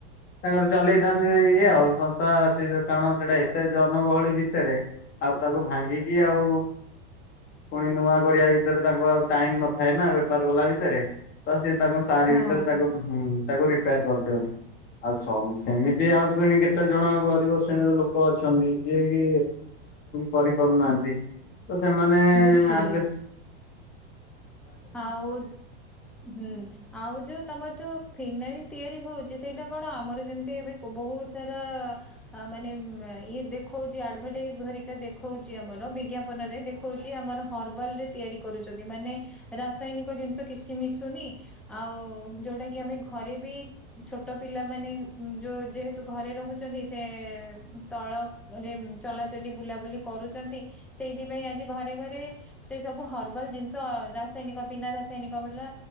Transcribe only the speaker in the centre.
ହଁ
ବୁଝିଲି।
ଆଉ ହୁଁ। ଆଉ ଯୋଉ ତମର ଯୋଉ ଫିନାଇଲ ତିଆରି ହଉଛି ସେଇଟା କଣ ଆମର ଯେମିତି ଏବେ ବହୁତ ସାରା ଆ ମାନେ ଇଏ ଦେଖଉଛି ଆଡଭଟାଇଜ ଧରିକା ଦେଖଉଛି ଆମର ବିଜ୍ଞାପନ ରେ ଦେଖ ହଉଛି ଆମର ହର୍ବାଲ ରେ ତିଆରି କରୁଛନ୍ତି। ମାନେ ରାସାୟନିକ ଜିନିଷ କିଛି ମିଶୁନି। ଆଉ ଯୋଉଟା କି ଆମେ ଘରେ ବି ଛୋଟ ପିଲା ମାନେ ଯୋଉ ଯେହେତୁ ଘରେ ରହୁଛନ୍ତି ସେ ତଳ ରେ ଚଲାଚଲି ବୁଲାବୁଲି କରୁଛନ୍ତି ସେଇଥିପାଇଁ ଆଜି ଘରେ ଘରେ ସେ ସବୁ ହର୍ବାଲ ଜିନିଷ ରାସାୟନିକ ବିନା ରାସାୟନିକ ବାଲା